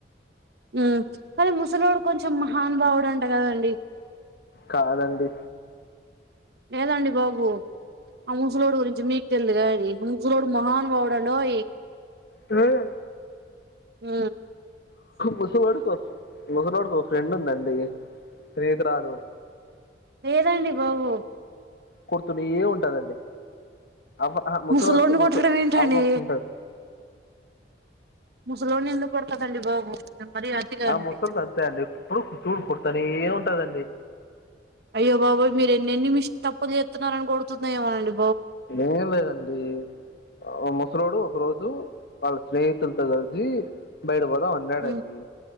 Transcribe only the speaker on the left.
కాదండి
అవు
ముసలోడిక్ ముసలోడిక్ ఒక ఫ్రెండ్ ఉందండి స్నేహితురాలు
కుర్తునే ఉంటదండి అవ ఆహా ముసలోడికి
ముస
అవ్వ ఒకటి ఉంటది
ఆ
ముసల్ది అంతే అండి ఎప్పుడు కుటూ కుడతనే ఉంటదండి
ఏం లేదండీ ఆ ముసలోడు ఒక రోజు వాళ్ళ స్నేహితుల్తొ కలిసి బయట వ ఉన్నాడండి